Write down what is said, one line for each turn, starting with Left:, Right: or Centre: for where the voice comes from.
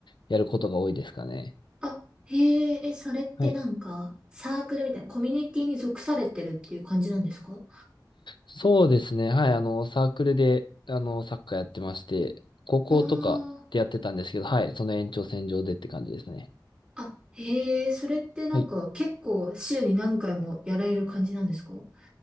Left: やることが多いですかね。
Right: あ、へえ、え、それってなんか、
Left: はい。
Right: サークルみたいな、コミュニティに属されてるっていう感じなんですか
Left: そうですね。はい。あの、サークルで、あの、サッカーやってまして、高校とかでやってたんですけど、
Right: ああ
Left: はい。その延長線上でって感じですね。
Right: ー、あ、へえ、それってなんか、
Left: はい
Right: 結構、週に何回もやられる感じなんですかう